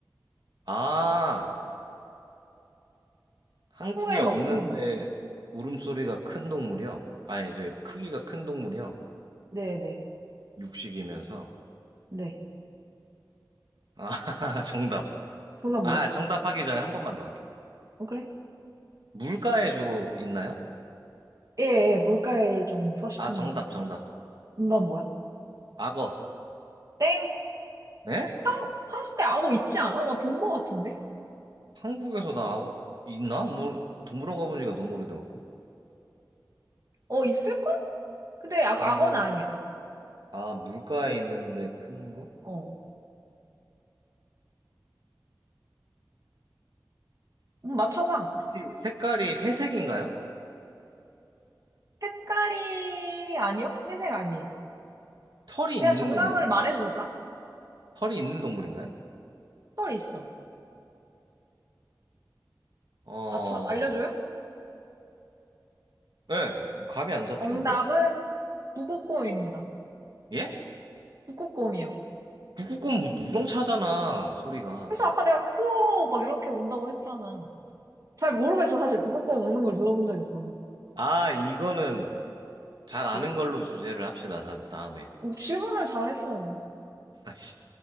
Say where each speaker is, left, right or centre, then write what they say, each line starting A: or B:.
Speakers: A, on the right; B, on the right.
A: 아, 한국에
B: 한국에는
A: 없는데
B: 없습니다.
A: 울음소리가 큰 동물이요? 아니, 저 크기가 큰 동물이요?
B: 네네.
A: 육식이면서.
B: 네.
A: 아, <laughs> 정답.
B: 정답
A: 아,
B: 뭐야?
A: 정답 하기 전에 한 번만 더 할게.
B: 어, 그래?
A: 물가에 주로 있나요?
B: 예, 예, 물가에 좀 서식합니다.
A: 아, 정답, 정답.
B: 정답 뭐야?
A: 악어.
B: 땡!
A: 에?
B: 한, 한국에 악어 있지 않아? 나 본 거 같은데?
A: 한국에서 나 악어 있나? 뭐, 동물원 가본 지가 너무 오래돼갖고.
B: 어, 있을걸? 근데 악,
A: 그러면,
B: 악어는 아니야.
A: 아, 물가에 있는데 큰 거?
B: 어. 음, 맞춰봐.
A: 혹시 색깔이 회색인가요?
B: 색깔이 아니요? 회색 아니에요.
A: 털이 있는
B: 그냥 정답을
A: 동물,
B: 말해줄까?
A: 털이 있는 동물인가요?
B: 털이 있어.
A: 어,
B: 맞춰, 알려줘요?
A: 예, 뭐 감이 안 잡히는데?
B: 정답은 북극곰입니다.
A: 예?
B: 북극곰이요.
A: 북극곰 우렁차잖아, 소리가.
B: 그래서 아까 내가 크오 막 이렇게 운다고 했잖아. 잘 모르겠어, 사실. 북극곰 우는 걸 들어본 적이 없어.
A: 아, 이거는 잘 아는
B: 왜?
A: 걸로 주제를 합시다, 다, 다음에.
B: 어, 질문을 잘했어.
A: <laughs> 아씨,